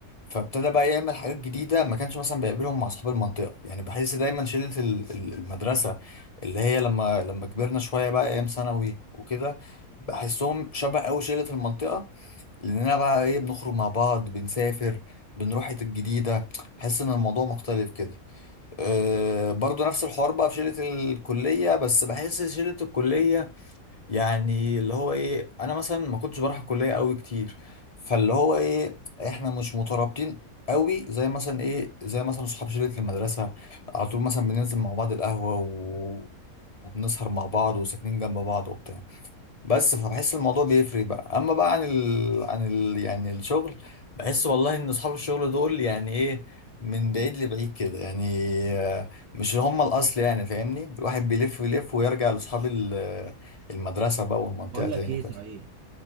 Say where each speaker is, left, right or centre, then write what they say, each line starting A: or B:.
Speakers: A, on the left; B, on the right.
A: فابتدى بقى يعمل حاجات جديدة ما كانش مثلا بيقابلهم مع أصحاب المنطقة يعني بحس دايما شلة ال- ال- المدرسة اللي هي لما لما كبرنا شوية بقى أيام ثانوي وكده بحسهم شبه أوي شلة المنطقة لأننا بقى إيه بنخرج مع بعض بنسافر بنروح حتت جديدة بحس إن الموضوع مختلف كده أه برضو نفس الحوار بقى في شلة الكلية بس بحس شلة الكلية يعني اللي هو ايه انا مثلا ما كنتش بروح الكليه قوي كتير فاللي هو ايه احنا مش مترابطين قوي زي مثلا ايه زي مثلا صحاب شله المدرسه على طول مثلا بننزل مع بعض القهوه و... وبنسهر مع بعض وساكنين جنب بعض وبتاع بس فبحس الموضوع بيفرق بقى اما بقى عن ال... عن ال... يعني الشغل بحس والله ان اصحاب الشغل دول يعني ايه من بعيد لبعيد كده يعني آه، مش هم الاصل يعني فاهمني الواحد بيلف ويلف ويرجع لاصحاب ال- آه، المدرسة بقى والمنطقة
B: بقول
A: تاني
B: لك ايه
A: كده
B: صحيح